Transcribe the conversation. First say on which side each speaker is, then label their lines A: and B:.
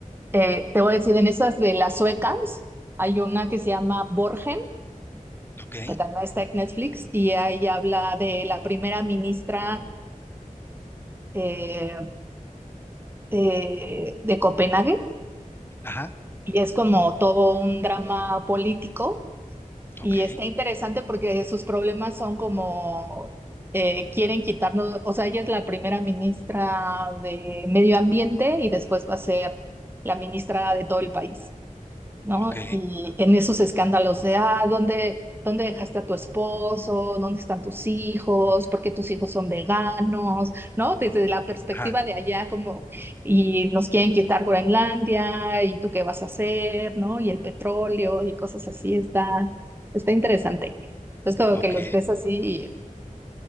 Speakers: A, on the right (about 15°); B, on the left (about 15°).
A: eh, te voy a decir, en esas de las suecas, hay una que se llama Borgen,
B: Ok,
A: que también está en Netflix, y ahí habla de la primera ministra eh, de, de Copenhague,
B: ajá,
A: y es como todo un drama político Y
B: ok,
A: está interesante porque sus problemas son como eh, quieren quitarnos, o sea, ella es la primera ministra de Medio Ambiente y después va a ser la ministra de todo el país. ¿no?
B: ok,
A: Y en esos escándalos de, ah, ¿dónde, dónde dejaste a tu esposo? ¿Dónde están tus hijos? ¿Por qué tus hijos son veganos? ¿No? Desde la perspectiva
B: ajá,
A: de allá, como, y nos quieren quitar Groenlandia, ¿y tú qué vas a hacer? ¿No? Y el petróleo y cosas así, está, está interesante. Entonces, como
B: ok,
A: que los ves así. y-